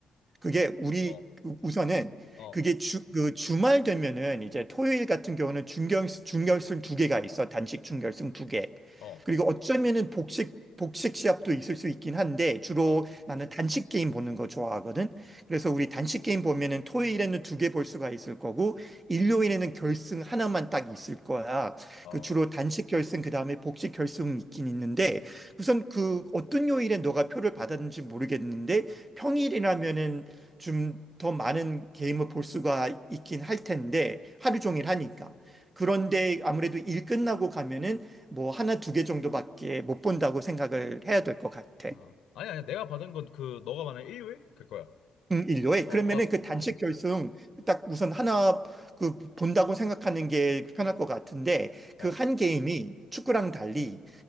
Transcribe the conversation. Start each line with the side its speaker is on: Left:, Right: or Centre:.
Right: 그게 우리
Left: 어,
Right: 우- 선은
Left: 어,
Right: 그게 주, 그 주말 되면은 이제 토요일 같은 경우는 중결, 중결승 두 개가 있어. 단식 중결승 두 개.
Left: 어,
Right: 그리고 어쩌면은 복식, 복식 시합도 있을 수 있긴 한데 주로
Left: 어,
Right: 나는 단식 게임 보는 거 좋아하거든. 그래서 우리 단식 게임 보면은 토요일에는 두 개 볼 수가 있을 거고 일요일에는 결승 하나만 딱 있을 거야.
Left: 어,
Right: 그 주로 단식 결승 그다음에 복식 결승 있긴 있는데 우선 그 어떤 요일에 너가 표를 받았는지 모르겠는데 평일이라면은 좀 더 많은 게임을 볼 수가 있긴 할 텐데 하루 종일 하니까. 그런데 아무래도 일 끝나고 가면은 뭐 하나 두 개 정도밖에 못 본다고 생각을 해야 될 것 같아.
Left: 아. 아니, 아니, 내가 받은 건 그, 너가 말한 일요일? 그거야.
Right: 음, 일요일
Left: 어,
Right: 그러면은
Left: 어, 아,
Right: 그 단식
Left: 음,
Right: 결승 딱 우선 하나 그 본다고 생각하는 게 편할 것 같은데
Left: 어,
Right: 그 한 게임이 축구랑 달리